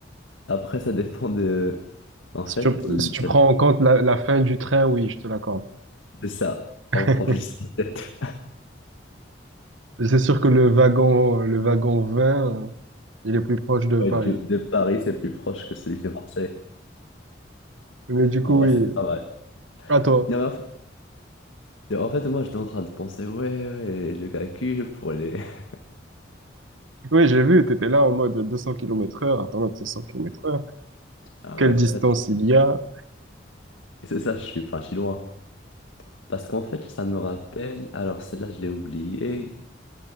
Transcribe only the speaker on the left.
Après, ça dépend de... En
fait,
l-
ça-
c'est ça.
On prend juste la tête.
Ouais,
de, de Paris, c'est plus proche que celui de Marseille.
En vrai,
c'est pas mal.
Non, mais en fait, en fait, moi, j'étais en train de penser, ouais, ouais, le calcul pour les... <laughs>
Ah
ouais, c'est
ça.
C'est ça, je suis parti loin. Parce qu'en fait, ça me rappelle... Alors, celle-là, je l'ai oubliée.